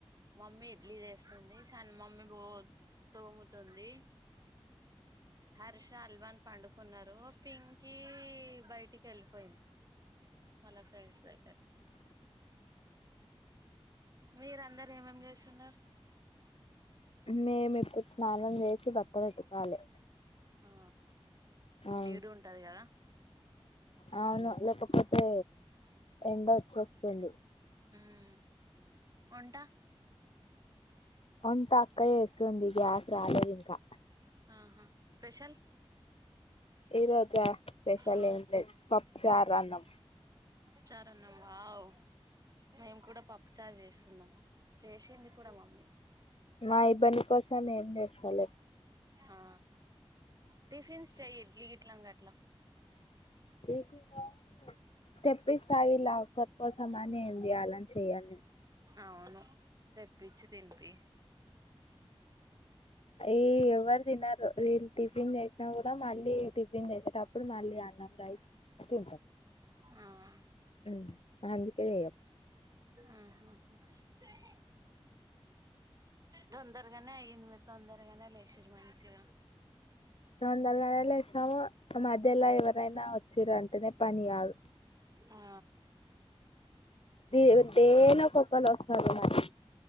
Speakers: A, on the right; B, on the left.
A: మమ్మీ ఇడ్లీ చేస్తుంది సన్న మమ్మీ బో తోముతుంది. హర్ష అల్వాన్ పండుకున్నారు పింకీ బయటికి వెళ్ళిపోయింది వాళ్ళ ఫ్రెండ్స్ దగ్గరకి మీరు అందరు ఏమేం చేస్సున్నారు
B: మేం ఇప్ స్నానం జేసి బట్టలు ఉతకాలి
A: ఆ
B: ఆ
A: నీడు ఉంటది కదా
B: అవును లేకపోతే ఎండ ఎక్కువస్తుంది
A: హ్మ్ వంటా
B: వొంట అక్క చేస్సదండి గ్యాస్ రాలేదు ఇంకా
A: ఆహా స్పెషల్
B: ఈరో జ స్పెషల్
A: ఆ
B: ఏంలేదు పప్ప్ చారు అన్నం
A: పప్చారు అన్నం వావ్ మేము కూడా పప్ప్ ఇ చార్ చేస్తున్నాం చేసింది కూడా మమ్మీ
B: మా ఇబ్బంది కోసం ఏం లేదు సలేక్
A: ఆ టిఫిన్స్ చెయ్ ఇడ్లీ ఇట్లాంగా అట్లా
B: టిఫ్ <unintelligible> ఒకరి కోసం మళ్ళీ ఏంది చేయాలని చేయలనేన్
A: అవును తెప్పించి తినిపి
B: యే ఎవ్వరు తినరు నేం టిఫిన్ చేస్ సిన కూడా మళ్ళీ టిఫిన్ చేసేటప్పుడు మళ్ళీ అన్నం రైస్ తింటా
A: ఆ ఆ
B: మ్మ్ అందుకే యప్
A: ఆహ హ్ తొందరగానే అయ్యింది మీరు తొందరగానే లేచిరు మంచిగా
B: తొందరగానే లేచినాము ఇక మధ్యలో ఎవరైనా వచ్చిరంటేనేత్ పనిగాదు
A: ఆ
B: ది దేనో కొక్కల వచ్చానే ఉన్నారు